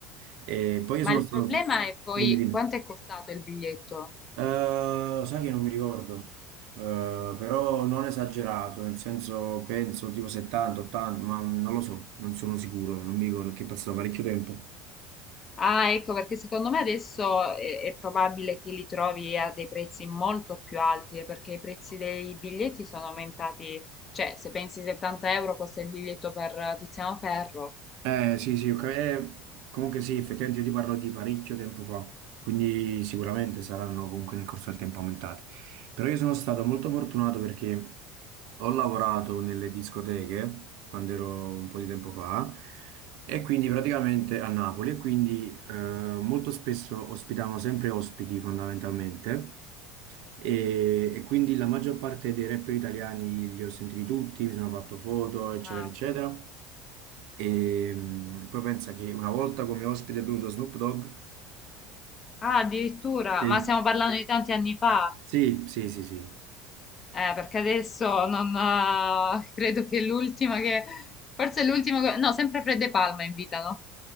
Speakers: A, on the right; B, on the left.
A: E poi io
B: Ma
A: sono
B: il
A: stato...
B: problema è poi
A: Dimmi, dimmi.
B: quanto è costato il biglietto?
A: Eh, sai che non mi ricordo, Eh, però non esagerato, nel senso penso tipo 70, 80, ma non lo so, non sono sicuro, non mi ricordo, che è passato parecchio tempo.
B: Ah, ecco, perché secondo me adesso è, è probabile che li trovi a dei prezzi molto più alti, eh, perché i prezzi dei biglietti sono aumentati, cioè se pensi 70 euro costa il biglietto per eh, Tiziano Ferro.
A: Eh sì, sì, ok. Eh, comunque sì, effettivamente io ti parlo di parecchio tempo fa, quindi sicuramente saranno comunque nel corso del tempo aumentati. Però io sono stato molto fortunato perché ho lavorato nelle discoteche quando ero un po' di tempo fa e quindi praticamente a Napoli e quindi eh, molto spesso ospitavano sempre ospiti fondamentalmente. E, e quindi la maggior parte dei rapper italiani li ho sentiti tutti, mi sono fatto foto, eccetera,
B: Ah,
A: eccetera. E mm, poi pensa che una volta come ospite è venuto Snoop Dogg.
B: ah, addirittura,
A: Sì.
B: ma stiamo parlando Sì. di tanti anni fa.
A: Sì, sì, sì, sì.
B: Eh, perché adesso non, eh, credo che l'ultima che, forse l'ultimo, che- no, sempre Fred De Palma invitano,